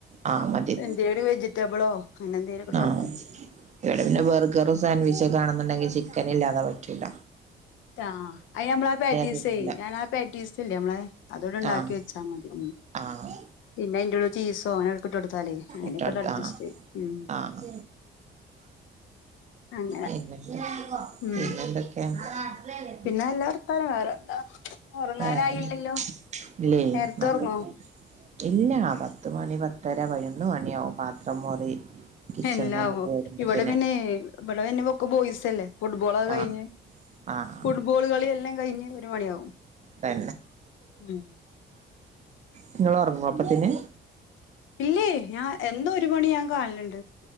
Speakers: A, on the right; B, on the left.
A: ആഹ് മതി
B: എന്തലും വെജിറ്റബിളോ അങ്ങനെ എന്തെിലുംക്കവെക്കും.
A: ആഹ് ഇവിടെ പിന്നെ ബർഗറോ സാൻവിച്ചോ കാണുന്നുണ്ടെങ്കിൽ ചിക്കന ഇല്ലാതെ പറ്റില്ല.
B: ആ അനമ്മള ആ പാറ്റീസ
A: തിന്നൂല
B: ഞാൻ ആ പാറ്റീസല്ലേ നമ്മളെ അതോട് ഉണ്ടാക്കി
A: ആഹ്
B: വെച്ചാ മതി.
A: ആഹ്
B: പിന്നെ എയിന്റെള്ളിചീസോ ട്ട്കൊടുത്താലേ അങ്ങനെയൊക്കെല്
A: ഇട്ടോട്ത്ത്
B: അഡ്ജസ്റ്റ്
A: ആഹ്
B: ചെയ്യു
A: ആഹ്
B: അങ്ങനെ
A: പിന്നെന്താ
B: ഉം
A: <unintelligible>
B: പിന്നെ നല്ല വർത്താനം വേറെ എന്താ ഉറങ്ങാനായില്ലല്ലോ
A: വേറെ ഇല്ലേ
B: നേരത്തെ
A: മക്കക്ക്
B: ഉറങ്ങോ?
A: ഇല്ല പത്തുമണി പത്തര പഴന്ന് മണിയാവും പാത്രം മോറി കിച്ചണിന്നൊന്ന്
B: എല്ലാ
A: കേറുമ്പത്തിന്
B: ഇവിടെ പിന്നെ ഇവിടെ പിന്നെ ഒക്കെ ബോയ്സ്ല്ലേ ഫുട്ബോളേ ക്കെ കഴിഞ്ഞ്.
A: ആഹ് ആഹ്
B: ഫുട്ബോള് കളി എല്ലാം കഴിഞ്ഞ് ഒരു മണിയാവും.
A: ന്നെ
B: ഉം
A: നിങ്ങള് ഉറങ്ങുവോ അപ്പത്തിന്.
B: ഇല്ലേ ഞാൻ എന്നും ഒരു മണി ഞാൻ കാണല്ണ്ട്.